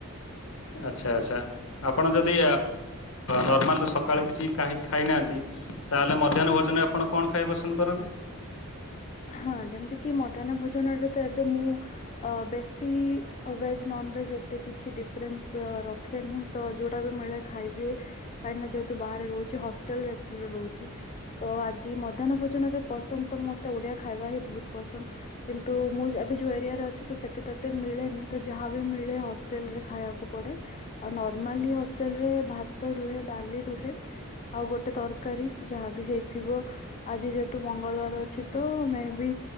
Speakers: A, on the left; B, on the left.
A: ଆଚ୍ଛା ଆଚ୍ଛା ଆପଣ ଯଦି ନର୍ମାଲ ସକାଳେ କିଛି ଖାଇ ଖାଇନାହାନ୍ତି ତାହେଲେ ମଧ୍ୟାହ୍ନ ଭୋଜନରେ ଆପଣ କଣ ଖାଇବା ପସନ୍ଦ କରନ୍ତି?
B: ହଁ ଯେମିତି କି ମଧ୍ୟାହ୍ନ ଭୋଜନରେ ତ ଏବେ ମୁଁ ଅ ବେଶୀ ଭେଜ ନନଭେଜ ଏତେ କିଛି ଡିଫରେନ୍ସ ର ଖେନି ତ ଯେଉଁଟା ବି ମିଳେ ଖାଇଦିଏ। କାହିଁକିନା ଯେହେତୁ ବାହାରେ ରହୁଛି ହଷ୍ଟେଲଚୁଆଲି ରହୁଛି। ତ ଆଜି ମଧ୍ୟାହ୍ନ ଭୋଜନରେ ପସନ୍ଦ ତ ମତେ ଓଡିଆ ଖାଇବା ହିଁ ବହୁତ ପସନ୍ଦ କିନ୍ତୁ ମୁଁ ଏବେ ଯୋଉ ଏରିଆରେ ଅଛି ତ ସେଠି ତ ଏତେ ମିଳେନି ତ ଯାହାବି ମିଳେ। ହ ଖାଇବାକୁ ପଡେ ଆଉ ନର୍ମାଲ ହୋଟେଲରେ ଭାତ ରହେ ଡାଲି ରହ। ଆଉ ଗୋଟେ ତରକାରୀ ଯାହାବି ହେଇଥିବ ଆଜି ଯେହେତୁ ମଙ୍ଗଳବାର ଅଛି। ତ ମେ ବି